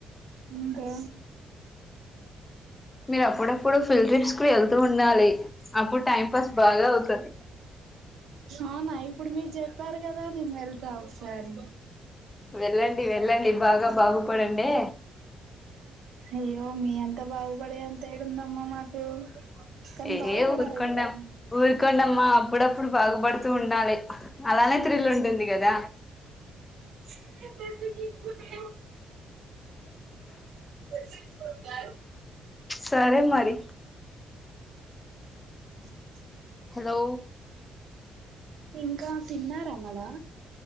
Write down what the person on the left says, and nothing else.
మీరుప్పుడ ఇప్పుడు ఫిల్డ్ ట్రిప్స్ కు వెళ్తూ ఉండాలి అప్పుడు టైం పాస్ బాగా అవుతది
వెళ్ళండి వెళ్ళండి బాగా బాగుపడండే
ఏ
ఊరుకండ
ఊరుకోండమ్మా అప్పుడప్పుడు బాగుపడుతూ ఉండాలే అలానే థ్రిల్ ఉంటుంది కదా
సరే మరి
హలో